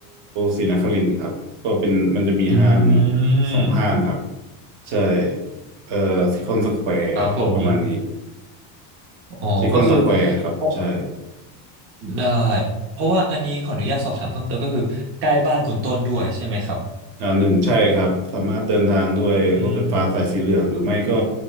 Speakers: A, on the right (about 60°); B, on the right (about 30°).
A: ศรีนครินทร์ครับก็เป็นมันจะมีห้าง
B: อืม
A: สองห้างครับใช่เอ่อซิคอนสแควร์ประมาณนี้
B: ครับผม อ๋อก็คือ
A: ซิคอนสแควร์ครับใช่
B: เพราะได้เพราะว่าอันนี้ขออนุญาตสอบถามเพิ่มเติมก็คือใกล้บ้านคุณต้นด้วยใช่ไหมครับ
A: อ่าหนึ่งใช่ครับสามารถเดินทางด้วยรถไฟฟ้าสายสีเหลืองหรือไม่ก็
B: อืม